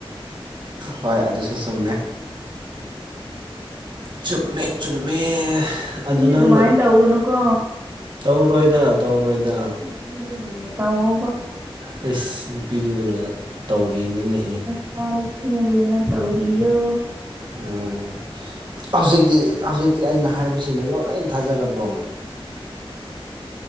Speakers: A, on the right; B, on the right.
A: ꯍꯣꯏ ꯑꯗꯨꯁꯨ ꯆꯨꯝꯃꯦ ꯆꯨꯝꯃꯦ ꯆꯨꯝꯃꯦ
B: ꯅꯪꯗꯤ
A: ꯑꯗꯨ ꯅꯪꯅ
B: ꯑꯗꯨꯃꯥꯏꯅ ꯇꯧꯒꯅꯨꯀꯣ
A: ꯇꯧꯔꯣꯏꯗ ꯇꯧꯔꯣꯏꯗ
B: ꯅꯨꯄꯤꯗꯣ ꯂꯨꯅ ꯇꯧꯑꯣꯕ
A: ꯑꯩꯁ ꯅꯨꯄꯤ ꯂꯨꯅ ꯇꯧꯔꯤꯅꯤꯅꯦꯍꯦ
B: ꯆꯥꯔꯁꯨ ꯂꯨꯅ ꯇꯧꯕꯤꯌꯣ
A: ꯎꯝ ꯍꯧꯖꯤꯛꯇꯤ ꯍꯧꯖꯤꯛꯇꯤ ꯑꯩꯅ ꯍꯥꯏꯕꯁꯤꯗꯣ ꯂꯣꯏ ꯊꯥꯖꯔꯕꯣ